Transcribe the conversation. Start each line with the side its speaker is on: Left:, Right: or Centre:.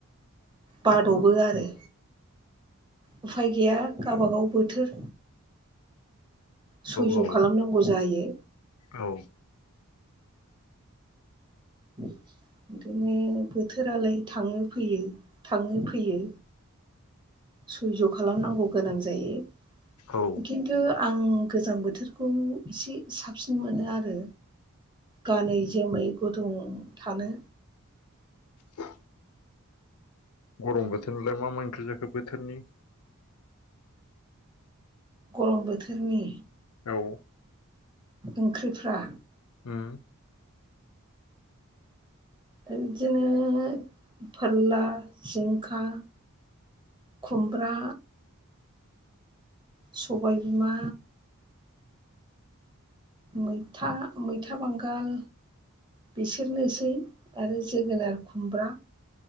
Left: औ
Right: बाद'बो आरो उफाय गैया गाव बा गाव बोथोर सैज'
Left: औ
Right: खालामनांगौ जायो।
Left: औ
Right: <unintelligible> बिदिनो बोथोरा लाय थांङो फैयो थांङो फैयो। सैज' खालामनांगौ गोनां जायो।
Left: औ
Right: खिन्थु आं गोजां बोथोरखौ एसे साबसिन मोनो आरो गानै जोमै गुदुं थानो।
Left: औ दं बोथोरनिलाय मा मा ओंख्रि जाखो बोथोरनि
Right: गरम बोथोरनि
Left: औ
Right: ओंख्रि फ्रा
Left: उम
Right: बिदिनो फोरला जिंखा खुमब्रा सबाय बिमा मैथा मैथा बांगाल बिसोरनोसै आरो जोगोनार खुमब्रा